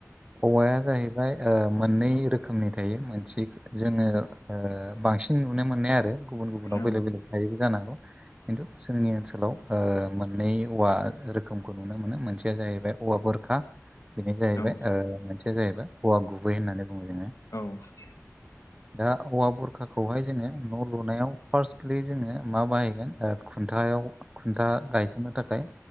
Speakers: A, on the right; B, on the left.
A: हौवाया जाहैबाय ओ मोननै रोखोमनि थायो थि जोङो ओ बांसिन नुनो मोननाया आरो गुबुन गुबुनाव
B: औ
A: बेलेग बेलेग थायोबो जानो हागौ खिन्थु जोंनि ओनसोलाव मोननै औवा रोखोमखौ नुनो मोनो मोनसेया जाहैबाय औवा बुरखा बेनो जाहैबाय
B: औ
A: ओ मोनसे सेया जाहैबाय हौवा गुबै होननानै बुङो जोङो
B: औ
A: दा औवा बुरखाखौहाय जोङो न' लुनायाव फार्स्टलि जोङो मा बाहाय <unintelligible> ओ खुन्थायाव खुन्था गायसननो थाखाय